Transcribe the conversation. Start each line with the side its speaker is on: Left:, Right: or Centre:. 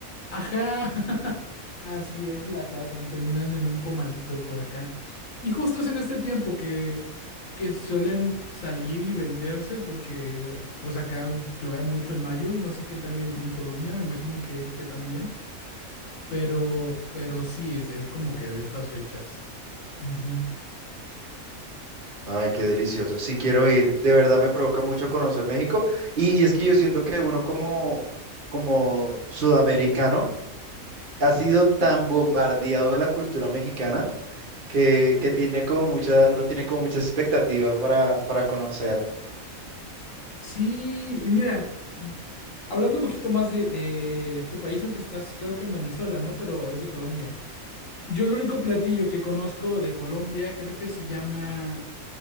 Left: Ajá, <laughs> así es, la cazan, terminan en un comalito por acá. Y justo es en este tiempo que, que suelen salir y venderse porque pues acá llueve mucho en mayo, no sé qué tal en, en Colombia, me imagino que, que también, pero, pero sí, es, es como que de estas fechas. Ujú.
Right: Ay, qué delicioso. Sí quiero ir. De verdad me provoca mucho conocer México. Y, y es que yo siento que uno como, como sudamericano ha sido tan bombardeado de la cultura mexicana que, que tiene como mucha, uno tiene como mucha expectativa para, para conocer.
Left: Sí, y mira, hablando un poquito más de, de tu país, aunque estás creo que en Venezuela, ¿no? Pero eres de Colombia. Yo el único platillo que conozco de Colombia creo que se llama